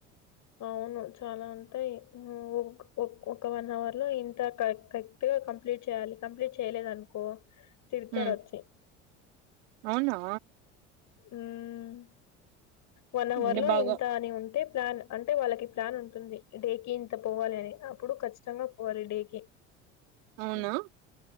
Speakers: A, on the left; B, on the right.
A: అవును చాలా ఉంటాయ్ నువ్వు ఒక్ ఒక వన్ అవర్ లో ఇంత క ఎగా కంప్లీట్ చెయ్యాలి కంప్లీట్ చెయ్యలేదనుకో తిడతారు
B: ఉమ్
A: వచ్చి
B: అవునా?
A: ఉమ్ వన్ అవర్
B: అంటే
A: లో
B: బాగా
A: ఇంత అని ఉంటే ప్లాన్ అంటే వాళ్ళకి ప్లాన్ ఉంటుంది డే కి ఇంత పోవాలి అని అప్పుడు ఖచ్చితంగా పోవాలి డేకి
B: అవునా
A: హ్మ్.